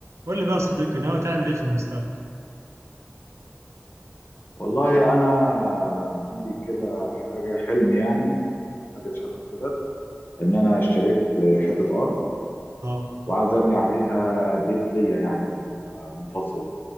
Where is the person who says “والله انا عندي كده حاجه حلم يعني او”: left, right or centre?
Left